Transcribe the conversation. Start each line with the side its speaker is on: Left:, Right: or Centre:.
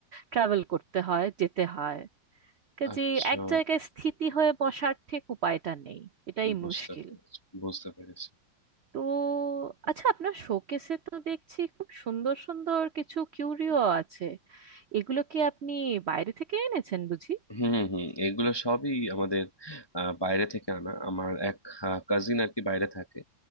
Right: ট্রাভেল করতে হয় যেতে হয় কাজে
Left: আচ্ছা
Right: এক জায়গায় স্থিতি হয়ে বসার ঠিক উপায়টা নেই এটাই
Left: বুঝতে
Right: মুশকিল
Left: পেরেছি বুঝতে পেরেছি
Right: তো আচ্ছা আপনার শোকেসে তো দেখছি খুব সুন্দর সুন্দর কিছু কিউরিও আছে এগুলো কি আপনি বাইরে থেকে এনেছেন বুঝি
Left: হুম হুম এগুলো সবই আমাদের আহ, বাইরে থেকে আনা আমার এক কাজিন আর কি বাইরে থাকে